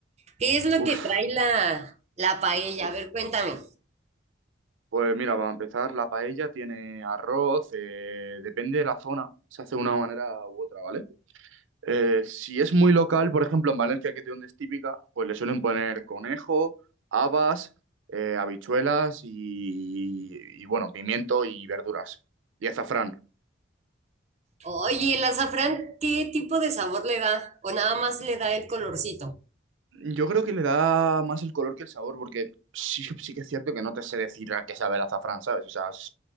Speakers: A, on the right; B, on the right.
A: ¿Qué es lo
B: Uf,
A: que trae la, la paella?
B: uf.
A: A ver, cuéntame.
B: Pues mira, para empezar, la paella tiene arroz, eh, depende de la zona, se hace de una manera u otra, ¿vale? Eh, si es muy local, por ejemplo, en Valencia, que es de donde es típica, pues le suelen poner conejo, habas, eh, habichuelas y, y bueno, pimiento y verduras. Y azafrán.
A: Oye, ¿el azafrán qué tipo de sabor le da? ¿O nada más le da el colorcito?
B: Yo creo que le da más el color que el sabor, porque sí, sí que es cierto que no te sé decir a qué sabe el azafrán, ¿sabes? O sea, s-